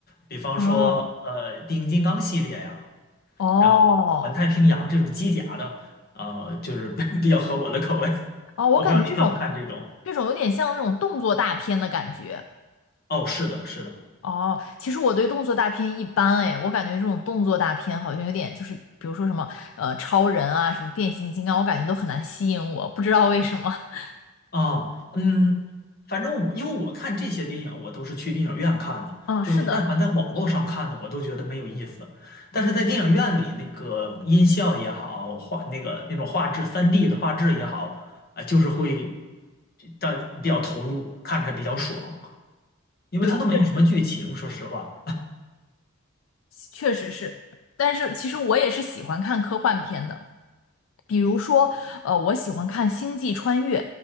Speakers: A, on the left (about 50°); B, on the left (about 70°).
A: 比方说呃《变形金刚》系列呀，
B: 嗯，哦，
A: 然后《环太平洋》这种机甲的，呃，就是 <laughs> 比较合我的口味。
B: 哦，我感觉这种
A: 我不知道你看不看这种。
B: 这种有点像那种动作大片的感觉，
A: 哦，是的，是的，
B: 哦，其实我对动作大片一般哎，我感觉这种动作大片好像有点就是，比如说什么呃超人啊，什么变形金刚，我感觉都很难吸引我，不知道为什么。<laughs>
A: 啊，嗯，反正我因为我看这些电影，我都是去电影院看的，
B: 嗯，
A: 就是我但凡在网络上看的，
B: 是的。
A: 我都觉得没有意思。但是在电影院里，那个音效也好，画那个那种画质三 d 的画质也好，啊，就是会但比较投入，看着比较爽，因为它都没有什么剧情，
B: 对，确实，
A: 说实话。
B: 确实是。但是其实我也是喜欢看科幻片的，比如说呃，我喜欢看《星际穿越》，